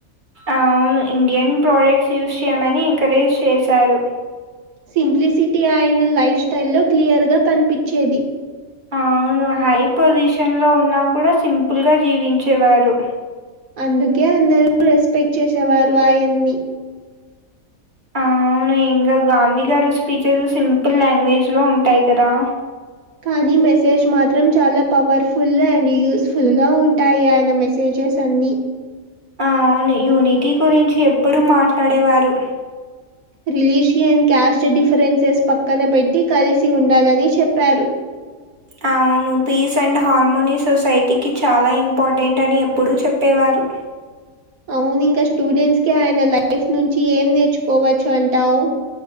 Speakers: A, on the right; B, on the right.
A: అవును ఇండియన్ ప్రోడక్ట్స్ యూస్ చేయమని ఎంకరేజ్ చేశారు
B: సింప్లిసిటీ ఆయన లైఫ్ స్టైల్లో క్లియర్గా కనిపించేది
A: అవును హై పొజిషన్ లో ఉన్నా కూడా సింపుల్ గా జీవించేవారు
B: అందుకే అందరు రెస్పెక్ట్ చేసేవారు ఆయన్ని
A: అవును ఇంగా గాంధీ గారు స్పీచెస్ సింపుల్ లాంగ్వేజ్ లో ఉంటాయి కదా
B: కానీ మెసేజ్ మాత్రం చాలా పవర్ఫుల్ అండ్ యూస్ ఫుల్ గా ఉంటాయి ఆయన మెసేజ పెజెస్ అన్ని
A: ఆవును యూనిటీ గురించి ఎప్పుడు మాట్లాడేవారు
B: రిలీజియన్ కస్ట్ డిఫరెన్సెస్ పక్కన పెట్టి కలిసి ఉండాలని చెప్పారు
A: అవును పీస్ అండ్ హార్మోనీ సొసైటీకి చాలా ఇంపార్టెంట్ అని ఎప్పుడూ చెప్పేవారు
B: అవును ఇంకా స్టూడెంట్స్ కి ఆయన లైఫ్ నుంచి ఏం నేర్చుకోవచ్చు అంటావు